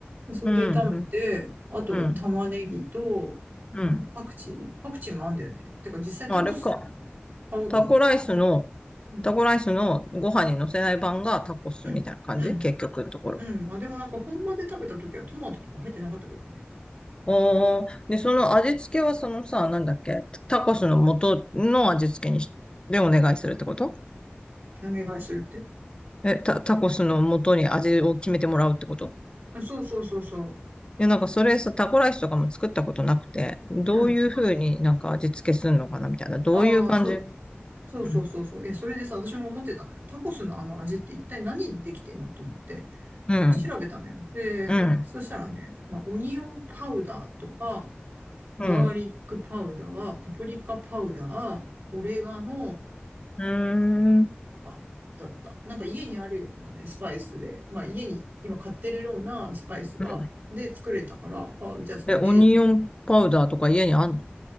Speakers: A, on the right (about 60°); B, on the left (about 25°).
A: で、それで炒めて、
B: うん、うん、
A: あとは玉ねぎと、
B: うん、うん。
A: あの、パクチーパクチーもあんだよね。てか、実際タコス
B: あれか。
A: 買おうと思ってる。
B: タコライスの、
A: うん、
B: タコライスのご飯に乗せない版がタコスみたいな感じ結局のところ。
A: うん、うん、うん。まあ、でもなんか本場で食べた時はトマトとか入ってなかったけどね。
B: おー、で、その味付けはそのさ、なんだっけタコスの元の味付けにし、でお願いするってこと
A: お願いするって。
B: え、タ、タコスの元に味を決めてもらうってこと
A: うんそうそうそうそ
B: いや、なんかそれさ、タコライスとかも作ったことなくて、どういうふうになんか味付けするのかなみたいな。
A: う。うん。
B: どういう感じうん。
A: ああ、そう。そうそうそうそう。いや、それでさ、私も思ってたのよ。タコスのあの味って一体何でできてんのと思って。
B: うん。
A: 調べたのよ。で、
B: うん。
A: そしたらね、まあ、オニオンパウダーとか、
B: うん。
A: ガーリックパウダー、パプリカパウダー、オレガノ
B: うーんう
A: とかだった。なんか家にあるようなね、スパイスで、まあ家に今買ってるようなスパイスが、
B: ーん
A: で作れたから、あ、じゃあそれで、
B: え、オニオンパウダーとか家にあんの